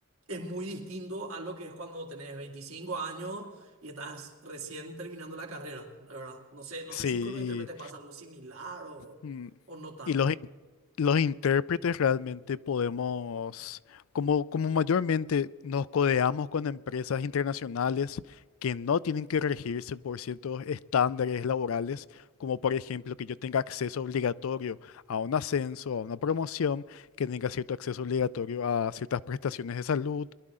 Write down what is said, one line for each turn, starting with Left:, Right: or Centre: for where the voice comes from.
Right: Es muy distinto a lo que es cuando tenés 25 años y estás recién terminando la carrera, ¿verdad? No sé, no
Left: sí.
Right: sé si con los intérpretes pasa algo similar o,
Left: Y, mm,
Right: o no tanto.
Left: y los, in- los intérpretes realmente podemos, como, como mayormente nos codeamos con empresas internacionales que no tienen que regirse por ciertos estándares laborales, como por ejemplo que yo tenga acceso obligatorio a un ascenso, a una promoción, que tenga cierto acceso obligatorio a ciertas prestaciones de salud